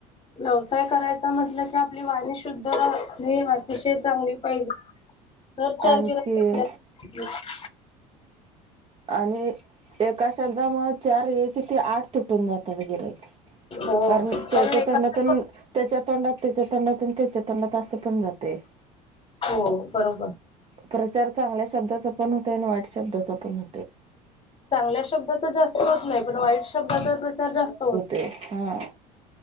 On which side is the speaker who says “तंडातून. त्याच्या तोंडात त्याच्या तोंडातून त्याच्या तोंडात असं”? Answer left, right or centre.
Right